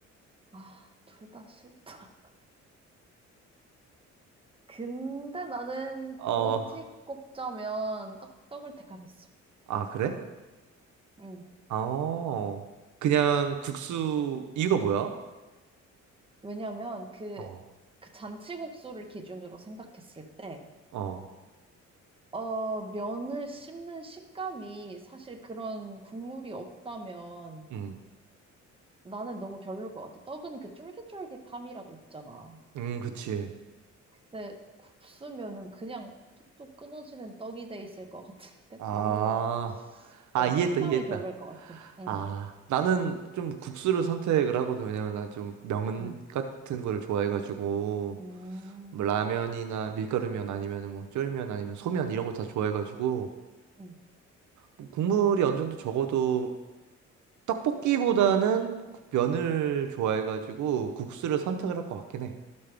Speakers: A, on the right; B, on the right.
A: 아, 둘 다 싫다. <laughs> 근데 나는 굳이
B: 어,
A: 꼽자면 떡, 떡을 택하겠어.
B: 아, 그래?
A: 응.
B: 어, 그냥 국수, 이유가 뭐야?
A: 왜냐면 그,
B: 어,
A: 그 잔치국수를 기준으로 생각했을 때,
B: 어,
A: 어, 면을 씹는 식감이 사실 그런 국물이 없다면
B: 음,
A: 나는 너무 별로일 것 같아. 떡은 그 쫄깃쫄깃함이라도 있잖아.
B: 음, 그치.
A: 근데 국수면은 그냥 툭툭 끊어지는 떡이 돼 있을 것 같은데? <laughs>
B: 아,
A: 너무,
B: 아,
A: 어,
B: 이해했다,
A: 식감이
B: 이해했다.
A: 별로일 것 같아. 응,
B: 아, 나는 좀 국수를 선택을 하거든. 왜냐면 나 좀 면
A: 응,
B: 같은 거를 좋아해가지고,
A: 음,
B: 뭐 라면이나 밀가루면 아니면 뭐 쫄면 아니면 소면 이런 거 다 좋아해가지고,
A: 응,
B: 뭐 국물이 어느 정도 적어도 떡볶이보다는 국- 면을 좋아해가지고 국수를 선택을
A: 응.
B: 할 것 같긴 해.